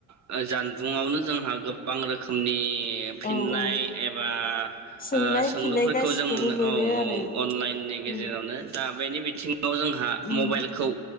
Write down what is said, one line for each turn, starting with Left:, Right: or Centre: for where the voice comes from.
Right: <unintelligible> बुङावनो जोंहा गोबां रोखोमनि ए फिननाय
Left: औ औ
Right: एबा
Left: सोंनाय
Right: ओ सोंलुफोरखौ
Left: फिननाय गासिखौबो
Right: जों मोनो औ
Left: आरो
Right: औ अनलाइननि गेजेरावनो
Left: उम
Right: दा मानि बिथिं जोंहा
Left: उम
Right: मबाइलखौ